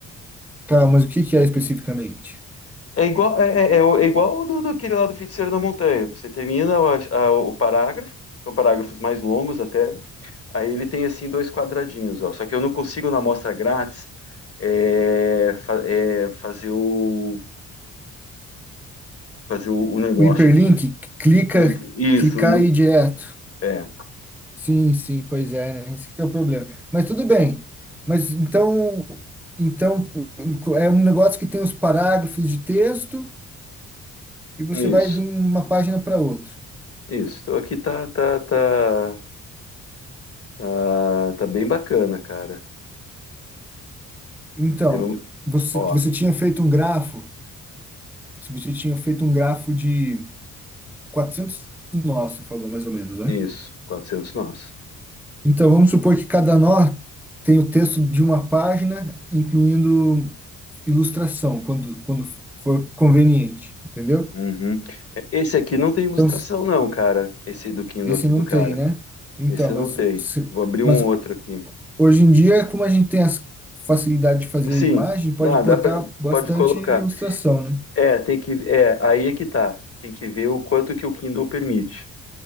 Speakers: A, in the centre; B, on the left.
A: Tá, mas o que que é especificamente?
B: É igual, é, é, é é igual ao do, daquele lá do Feiticeiro da Montanha. Você termina o, a- o parágrafo, são parágrafos mais longos até. Aí ele tem assim dois quadradinhos, ó. Só que eu não consigo na amostra grátis é, fa- é, fazer o fazer o, o negócio
A: O hiperlink
B: aqui.
A: clica,
B: O imp- Isso,
A: clicar
B: e no-
A: e ir direto.
B: é,
A: Sim, sim, pois é, né? Esse que é o problema. Mas tudo bem. Mas então, então é um negócio que tem os parágrafos de texto e você
B: isso,
A: vai de uma página para outra.
B: isso. Então aqui tá, tá, tá. Ah, tá bem bacana, cara.
A: Então,
B: Aí vamos-
A: você,
B: ó,
A: você tinha feito um grafo, você tinha feito um grafo de 400 nós, você falou mais ou menos, né?
B: isso, quatrocentos nós.
A: Então, vamos supor que cada nó tem o texto de uma página, incluindo ilustração, quando, quando for conveniente, entendeu?
B: Uhum. É, Esse aqui não tem ilustração,
A: Então,
B: não, cara. Esse do Kindle
A: Esse
B: aqui
A: não
B: do cara.
A: tem, né? Então,
B: Esse eu
A: mas,
B: não tem.
A: se-
B: Vou abrir
A: mas
B: um outro aqui.
A: hoje em dia, como a gente tem a facilidade de fazer
B: Sim,
A: imagem, pode
B: não,
A: botar
B: dá pra,
A: bastante
B: pode colocar.
A: ilustração, né?
B: É, tem que, é, aí é que tá. Tem que ver o quanto que o Kindle permite.